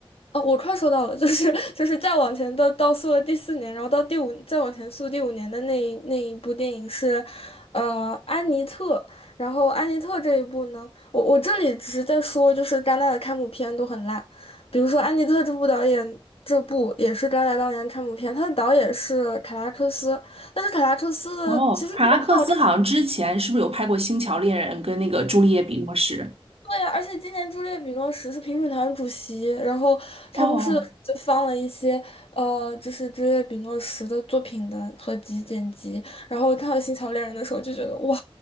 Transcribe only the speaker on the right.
哦，卡拉克斯好像之前是不是有拍过《星桥恋人》跟那个《朱丽叶比诺什》？
哦，